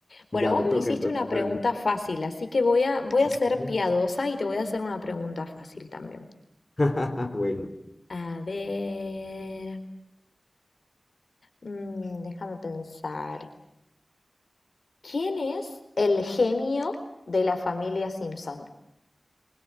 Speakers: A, on the left; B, on the left.
A: Bueno,
B: Ya,
A: vos
B: me toca
A: me hiciste
B: entonces,
A: una pregunta
B: dale.
A: fácil, así que voy a, voy a
B: Ujú.
A: ser piadosa y te voy a hacer una pregunta fácil también.
B: <laughs> Bueno.
A: A ver, mm, déjame pensar. ¿Quién es el genio de la familia Simpson?